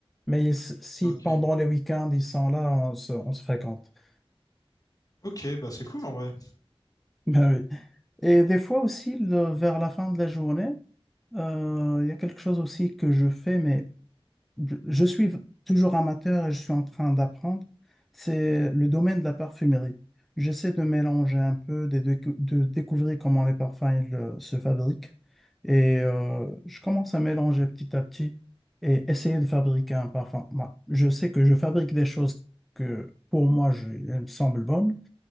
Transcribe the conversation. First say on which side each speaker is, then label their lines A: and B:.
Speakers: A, in the centre; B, on the left.
A: Mais ils- si
B: Ok.
A: pendant les week-ends, ils sont là, on se, on se fréquente. <laughs>
B: Ok, bah c'est cool en vrai.
A: Ben oui. Et des fois aussi, le- vers la fin de la journée, Euh, il y a quelque chose aussi que je fais, mais je, je suis toujours amateur et je suis en train d'apprendre, c'est le domaine de la parfumerie. J'essaie de mélanger un peu, de deux- de, découvrir comment les parfums ils, euh, se fabriquent. Et euh, je commence à mélanger petit à petit et essayer de fabriquer un parfum. Moi, je sais que je fabrique des choses que pour moi, je, elles me semblent bonnes.